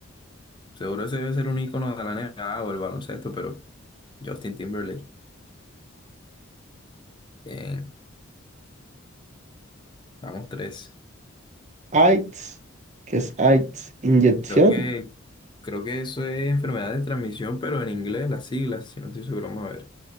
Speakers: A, on the left (about 20°); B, on the right (about 35°).
A: Seguro ese debe ser un icono de la NBA o el baloncesto, pero Justin Timberlake. Bien, vamos tres.
B: AIDS, ¿qué es AIDS? Inyección.
A: Creo que, creo que eso es enfermedad de transmisión, pero en inglés, las siglas, si no estoy seguro, vamos a ver.